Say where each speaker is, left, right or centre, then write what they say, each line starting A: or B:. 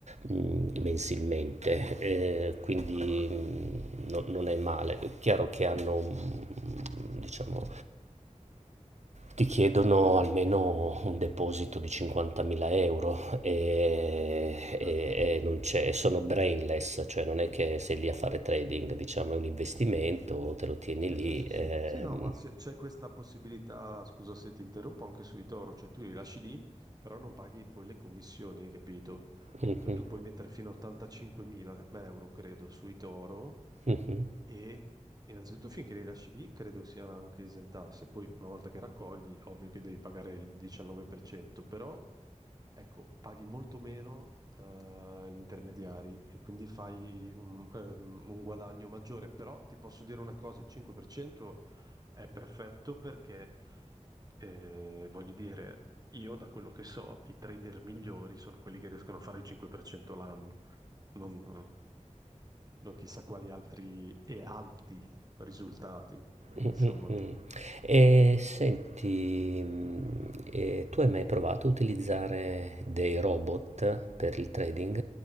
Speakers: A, on the right; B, on the right.
A: mhmm, mensilmente, ehm, quindi,
B: Ah,
A: mhmm, no non è male. È chiaro che hanno, mhmm, diciamo ti chiedono almeno un deposito di 50.000 €, ehm, e
B: certo.
A: e e non c'è e sono brainless, cioè non è che sei lì a fare trading, diciamo, è un investimento, te lo tieni
B: Sì,
A: lì,
B: sì, sì,
A: ehm
B: sì. Sì, no, ma c'è c'è questa possibilità, scusa se ti interrompo, anche sui toro, cioè tu li lasci lì, però non paghi poi le commissioni, hai capito?
A: mh-mh,
B: Cioè, tu puoi mettere fino a 85.000 euro, credo, sui toro
A: mh-mh.
B: e innanzitutto finché li lasci lì, credo siano anche esentasse. Poi una volta che raccogli, ovvio che devi pagare il 19%, però Ecco, paghi molto meno eh, gli intermediari e quindi fai un, ehm, un guadagno maggiore, però ti posso dire una cosa, il 5% è perfetto perché, eh, voglio dire, io da quello che so, i trader migliori sono quelli che riescono a fare il 5% l'anno, non, non chissà quali altri e alti risultati, quindi
A: Mh,
B: insomma...
A: mh, mh. E senti, mhmm, e tu hai mai provato a utilizzare dei robot per il trading?